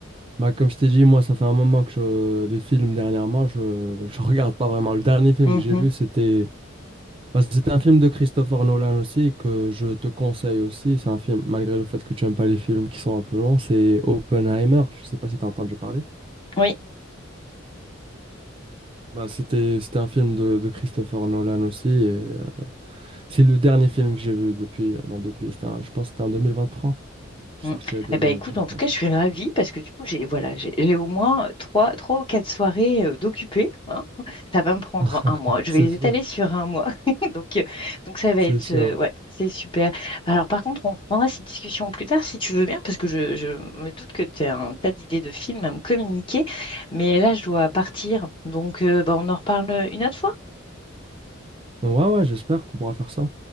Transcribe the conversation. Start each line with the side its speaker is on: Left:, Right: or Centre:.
Right: bah, comme je t'ai dit, moi, ça fait un moment que je, les films dernièrement, je, je regarde pas vraiment. Le dernier film
Left: Mhm.
Right: que j'ai vu, c'était Bah, c'est un film de Christopher Nolan aussi que je te conseille aussi. C'est un film, malgré le fait que tu n'aimes pas les films qui sont un peu longs, c'est Oppenheimer. Je ne sais pas si tu as entendu parler.
Left: Oui.
Right: Bah, c'était, c'était un film de, de Christopher Nolan aussi. et, euh, c'est le dernier film que j'ai vu depuis, euh, bah, depuis c'était un- je pense que c'était en 2023. C'est
Left: Mm.
Right: sorti il y a deux
Left: Eh ben
Right: ans,
Left: écoute,
Right: je
Left: en
Right: pense.
Left: tout cas, je suis ravie parce que du coup, j'ai voilà, j'ai j'ai au moins trois, trois ou quatre soirées euh, d'occupées. hein. Ça va me prendre
Right: <laughs>
Left: un mois. Je
Right: C'est
Left: vais les
Right: sûr,
Left: étaler sur un mois. <laughs> Donc, euh, donc ça va
Right: c'est
Left: être
Right: sûr.
Left: euh, ouais, c'est super. Alors par contre, on reprendra cette discussion plus tard si tu veux bien, parce que je, je me doute que tu as un tas d'idées de films à me communiquer. Mais là, je dois partir. Donc euh, bah, on en reparle une autre fois.
Right: Donc, ouais, ouais, j'espère qu'on pourra faire ça.